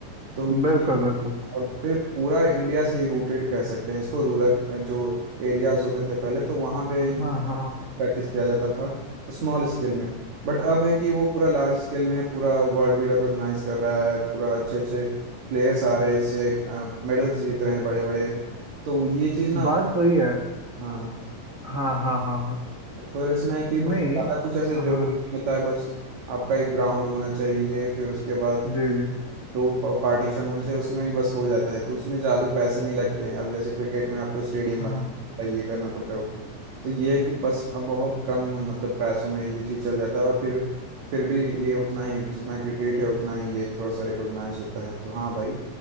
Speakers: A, on the right; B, on the right.
A: तो ये-
B: बिल्कुल बिल्कुल
A: और फिर पूरा इंडिया से ही रूटेड कह सकते हैं इसको रूरल जो एरियाज होते थे पहले तो वहाँ पे
B: हाँ हाँ
A: प्रैक्टिस किया जाता था स्मॉल स्केल में बट अब है कि वो पूरा लार्ज स्केल में पूरा वर्ल्ड भी रिकॉग्नाइज कर रहा है पूरा अच्छे अच्छे प्लेयर्स आ रहे हैं इससे मेडल्स जीत रहे हैं बड़े बड़े तो ये चीज़ ना
B: बात वही है
A: हाँ
B: हाँ हाँ हाँ हाँ
A: फिर इसमें है कि
B: नहीं
A: भाई ज़्यादा कुछ ऐसे जरूरी
B: हाँ
A: नहीं होता है बस आपका एक ग्राउंड होना चाहिए फिर उसके बाद
B: जी जी
A: दो पार्टीशन होने चाहिए उसमें ही बस हो जाता है तो उसमें ज़्यादा पैसे नहीं लगते हैं और जैसे क्रिकेट में आपको स्टेडियम
B: हाँ
A: बनना ये करना पड़ता है तो ये है कि बस बहुत कम मतलब पैसों में ये चीज़ चल जाता है और फिर फिर भी ये उतना ही जितना क्रिकेट है उतना ही ये थोड़ा सा रिकॉग्नाइज होता है तो हाँ भाई